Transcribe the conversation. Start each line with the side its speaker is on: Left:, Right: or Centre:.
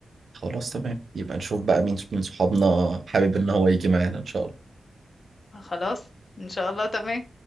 Right: خلاص تمام يبقى نشوف بقى مين من صحابنا حابب ان هو يجي معانا ان شاء الله
Left: خلاص ان شاء الله تمام